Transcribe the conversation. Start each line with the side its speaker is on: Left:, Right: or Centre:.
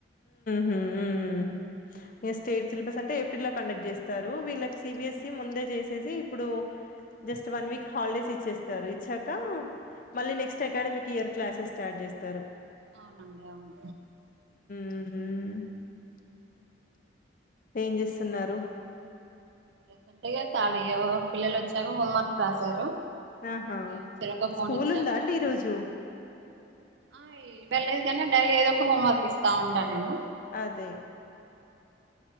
Left: హ స్టేట్ సిలబస్ అంటే ఏప్రిల్ లో కండక్ట్ చేస్తారు వీళ్ళకి సిబిఎస్సి ముందే చేసేసి ఇప్పుడు జస్ట్ వన్ వీక్ హాలిడేస్ ఇచ్చేస్తారు ఇచ్చాక మళ్ళీ నెక్స్ట్
Right: అవునండి
Left: అకాడమిక్ ఇయర్ క్లాసెస్ స్టార్ట్ చేస్తారు
Right: అవునాంగా అవును
Left: ఉ ఏం చేస్తున్నారు
Right: ప్రజెంట్గా చళ పిల్లలు వచ్చాక హోంవర్క్ రాశారు
Left: ఆహా
Right: ఇగ చెరొక ఫోన్
Left: స్కూల్
Right: ఇచ్చా
Left: ఉందా
Right: వాళ్ళు
Left: అండి
Right: ఆడు
Left: ఈరోజు
Right: ఆ వెళ్లేదు కానీ డైలీ ఏదో ఒక హోమ్వర్క్ ఇస్తా ఉంటా నేను
Left: అదే